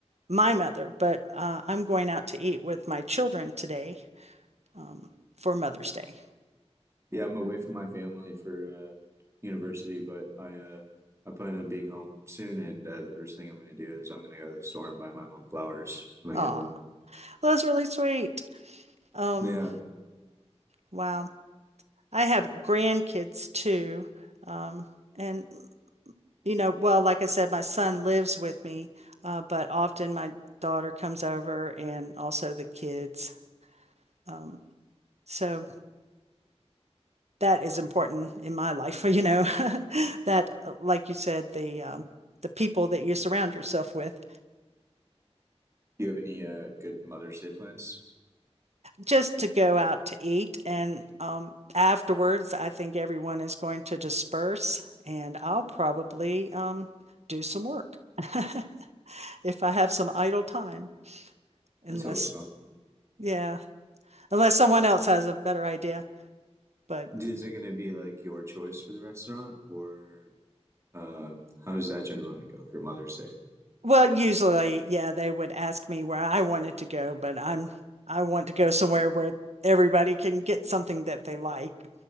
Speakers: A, on the right; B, on the right.
A: my mother, but uh, I'm going out to eat with my children today um, for Mother's Day.
B: yeah i'm away from my family for uh university but i uh I plan on being home soon, and uh, the first thing I'm going to do is I'm going to go to the store and buy my mom flowers when
A: Aw,
B: I get home.
A: well, that's really sweet. Um,
B: Yeah. Do
A: wow. I have grandkids too, um, and You know, well, like I said, my son lives with me, uh, but often my daughter comes over and also the kids. Um, so that is important in my life, <laughs> you know, <laughs> that, uh, like you said, the um, the people that you surround yourself with,
B: you have any uh, good Mother's Day plans?
A: just to go out to eat. And um, afterwards, I think everyone is going to disperse, and I'll probably um, do some work <laughs> if I have some idle time, unless,
B: That's always fun.
A: yeah. unless someone else has a better idea. But
B: Do- Is it going to be like your choice for the restaurant, or um, how does that generally go for Mother's Day?
A: well, usually, yeah, they would ask me where I wanted to go, but I'm I want to go somewhere where everybody can get something that they like.